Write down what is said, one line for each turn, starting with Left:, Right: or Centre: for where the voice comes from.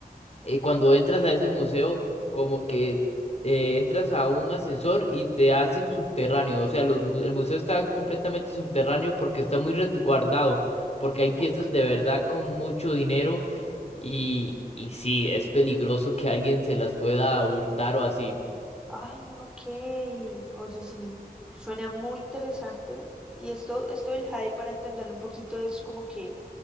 Left: eh, cuando entras a ese museo, como que eh, entras a un ascensor y te hacen subterráneo. O sea, los mu- el museo está completamente subterráneo porque está muy resguardado, porque hay piezas
Centre: Ok.
Left: de verdad con mucho dinero
Centre: Ujú.
Left: y, y sí, es peligroso que alguien se las pueda hurtar o así.
Centre: Ah, ok. Oye, sí, suena muy interesante. Y esto, esto del jade, para entenderlo un poquito, es como que